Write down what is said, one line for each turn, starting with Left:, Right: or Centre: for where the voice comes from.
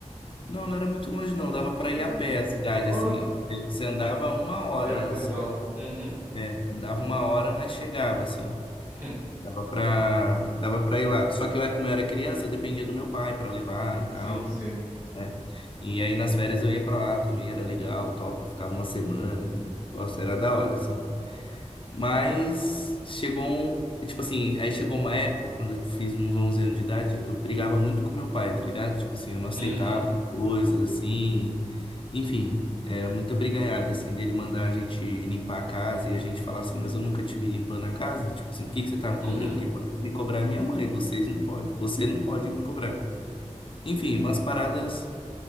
Left: não, não era muito longe, não, dava pra ir
Right: Ah,
Left: a pé a cidade,
Right: ó,
Left: assim, você andava uma hora,
Right: perto
Left: assim,
Right: então. Uhum.
Left: é, andava uma hora, mas chegava, assim.
Right: <laughs>
Left: Dava pra, dava pra ir lá. Só que eu, como eu era criança, eu dependia do meu pai pra levar e tal.
Right: Sim, sim.
Left: né? E aí nas férias eu ia pra lá também, era legal, top, ficava uma semana. Nossa, era da hora, assim. Mas chegou um. Tipo assim, aí chegou uma época, quando eu fiz uns 11 anos de idade, eu brigava muito com meu pai, tá ligado? Tipo assim, eu não aceitava
Right: Uhum.
Left: coisas assim. Enfim, era muita brigaiada, assim, dele mandar a gente limpar a casa e a gente falar assim, mas eu nunca te vi limpando a casa. Tipo assim, por que que você tá me
Right: Uhum.
Left: cobrando? Quem pode me cobrar é minha mãe, vocês não podem. Você não pode me cobrar. Enfim, umas paradas